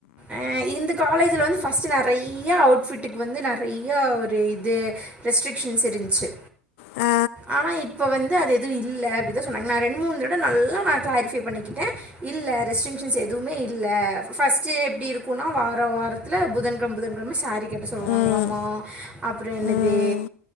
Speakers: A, on the right; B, on the left.
A: அ இந்த காலேஜுல வந்து ஃபர்ஸ்ட்டு நறையா அவுட்ஃபிட்டுக்கு வந்து நறையா ஒரு இது ரெஸ்ட்ரிக்க்ஷன்ஸ் இருந்துச்சு
B: ஆ
A: ஆனா இப்போ வந்து அது எதுவு இல்ல அப்டிதா சொன்னாங்க நா ரெண்டு மூணு தட நல்லா நா க்ளாரிஃபை பண்ணிக்கிட்டே இல்ல ரெஸ்ட்ரிங்க்ஷன்ஸ் எதுவுமே இல்ல பஸ்ட் பஸ்ட்டு எப்டி இருக்குன்னா வார வாரத்துல புதன்கெழம புதன்கெழம சாரீ கட்ட சொல்லுவாங்களாமா
B: ம்
A: அப்புறோ என்னது
B: ம்